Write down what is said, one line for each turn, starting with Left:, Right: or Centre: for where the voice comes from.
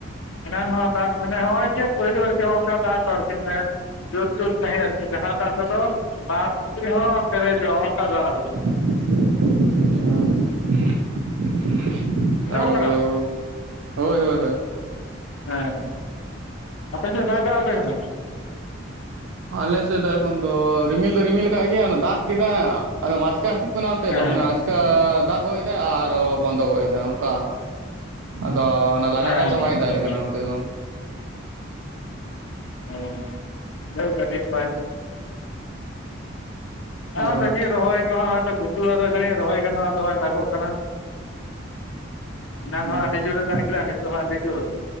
Left: ᱮᱱᱟᱱ ᱦᱚᱸ ᱟᱨ ᱫᱟᱜ ᱢᱟᱱᱮ ᱦᱚᱸᱜᱼᱚᱭ ᱡᱮ ᱯᱳᱭᱞᱳ ᱟᱨᱠᱤ ᱦᱚ-ᱚᱱᱠᱟ ᱫᱟᱜ ᱫᱚ ᱟᱨᱠᱤ ᱢᱟᱱᱮ ᱡᱳᱨ ᱡᱳᱨ ᱥᱟᱹᱦᱤᱡ ᱟᱨᱠᱤ ᱡᱟᱦᱟᱸ ᱫᱟᱜ ᱠᱚᱫᱚ ᱵᱟᱫᱽ ᱯᱩᱠᱷᱨᱤ ᱦᱚᱸ ᱯᱮᱨᱮᱡᱚᱜ ᱱᱚᱜ-ᱚᱝᱠᱟ ᱫᱟᱜ ᱟᱨᱠᱤ᱾
Right: <inaudible> <unintelligible>
Left: ᱵᱩᱡᱷᱟᱹᱣ ᱠᱟᱱᱟ
Right: ᱦᱳᱭ ᱦᱳᱭ ᱦᱳᱭ᱾
Left: ᱦᱮᱸ᱾ ᱟᱯᱮ ᱥᱮᱫ ᱵᱟᱭ ᱫᱟᱜ ᱟᱯᱮ ᱠᱟᱱᱟ?
Right: ᱟᱞᱮ ᱥᱮᱫ ᱫᱚ ᱮᱠᱷᱚᱱ ᱫᱚ ᱨᱤᱢᱤᱞ ᱫᱚ ᱨᱤᱢᱤᱞ ᱟᱠᱟᱫ ᱜᱮᱭᱟ ᱚᱱᱟ ᱫᱟᱜ ᱠᱮᱫᱟᱭ ᱟᱫᱚᱢ ᱟᱪᱠᱟ ᱦᱤᱡᱩᱜ ᱠᱟᱱᱟ ᱚᱱᱛᱮ
Left: ᱦᱮᱸ
Right: ᱫᱚ ᱢᱟᱱᱮ ᱟᱪᱠᱟ ᱫᱟᱜ ᱜᱚᱜ ᱮᱫᱟᱭ ᱟᱨᱚ ᱵᱚᱱᱫᱚ ᱜᱚᱜ ᱮᱫᱟᱭ ᱚᱝᱠᱟ᱾ ᱟᱫᱚ ᱚᱱᱟ ᱞᱟᱜᱟᱛᱟᱨ
Left: ᱦᱮᱸ
Right: ᱫᱚ
Left: ᱦᱮᱸ
Right: ᱵᱟᱭ ᱫᱟᱜ
Left: ᱟᱪᱪᱷᱟ
Right: ᱮᱫ ᱠᱟᱱᱟ ᱚᱱᱛᱮ ᱫᱚ᱾
Left: <unintelligible>
Right: ᱦᱳᱭ
Left: ᱟᱨ ᱫᱮᱠᱷᱤ ᱨᱚᱦᱚᱭ ᱠᱚᱦᱚᱸ ᱦᱟᱸᱜ-ᱚᱭ ᱛᱚ ᱜᱩᱛᱩᱨᱼᱟ ᱦᱟᱲᱳ ᱫᱚ ᱡᱟᱹᱱᱤᱡ ᱨᱚᱦᱚᱭ ᱜᱟᱱᱚᱜ-ᱟ᱾ ᱟᱫᱚ ᱦᱚᱸᱜ-ᱚᱭ ᱫᱟᱜᱚᱜ ᱠᱟᱱᱟ᱾ ᱮᱱᱟᱱ
Right: ᱦᱮᱸ
Left: ᱦᱚᱸ ᱟᱹᱰᱤ ᱡᱳᱨᱮ ᱫᱟᱜ ᱠᱮᱫᱟ ᱟᱨ ᱱᱤᱛ ᱫᱚ ᱦᱟᱸᱜ ᱟᱹᱰᱤ ᱡᱳᱨ,